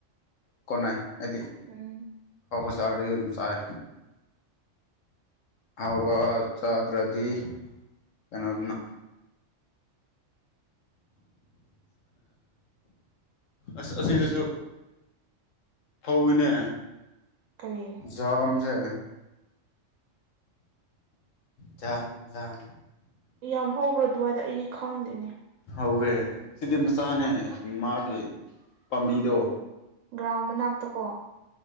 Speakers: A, on the left; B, on the right.
A: ꯀꯣꯟꯅꯩ ꯍꯥꯏꯗꯤ
B: ꯎꯝ
A: ꯑꯍꯥꯎꯕ ꯆꯥꯔꯗꯤ ꯑꯗꯨꯝ ꯆꯥꯏ ꯑꯍꯥꯎꯕ ꯆꯥꯗ꯭ꯔꯗꯤ ꯀꯩꯅꫭꯗꯨꯅ ꯑꯁ ꯑꯁꯤꯗꯁꯨ ꯐꯧꯏꯅꯦ
B: ꯀꯔꯤ
A: ꯖꯝꯁꯦ ꯖꯝ ꯖꯝ
B: ꯌꯥꯝ ꯍꯧꯕ꯭ꯔ ꯑꯗꯨꯋꯥꯏꯗ ꯑꯩꯗꯤ ꯈꯪꯗꯦꯅꯦ
A: ꯍꯧꯋꯦ ꯁꯤꯗꯤ ꯃꯆꯥꯅꯦ ꯃꯥꯒꯤ ꯄꯥꯝꯕꯤꯗꯣ
B: ꯒ꯭ꯔꫭꯎꯟ ꯃꯅꯥꯥꯛꯇ ꯀꯣ